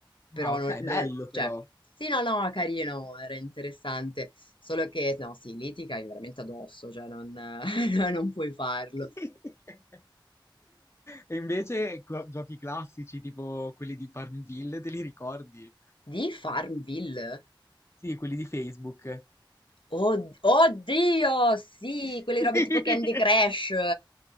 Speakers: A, on the left; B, on the left.
A: però
B: Ah, ok,
A: non, non-
B: bello però.
A: cioè, sì, no, no, carino, era interessante, solo che, no, sì, lì ti cai veramente addosso, cioè non <laughs> non puoi farlo.
B: <laughs> E invece co- giochi classici tipo quelli di Farmville, te li ricordi?
A: Di Farmville?
B: Sì, quelli di Facebook.
A: Od- Oddio, sì,
B: <laughs>
A: quelle robe tipo Candy Crush.